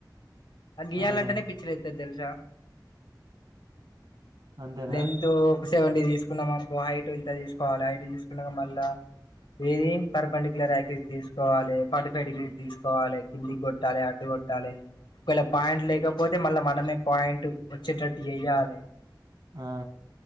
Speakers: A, on the left; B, on the right.
A: ఆ గియాలంటేనే
B: ఆహా
A: పిచ్చి లేత్తది తెలుసా
B: అంతేనా
A: లెంతు సెవెంటీ తీసుకున్న మనకో హైట్ ఇంత తీసుకోవాలి హైట్ తీసుకున్నాక మళ్ళ ఏది పర్పెండుకులరీస్ థిస్ కోవాలి ఫటి ఫైవ్ డిగ్రీ తీసుకోవాలి కిందికి కొట్టాలి అటు కొట్టాలి ఒకవేళ పాయింట్ లేకపోతే మళ్ళా మనమే పాయింట్ వచ్చేటట్టు ఎయ్యాలే
B: ఆ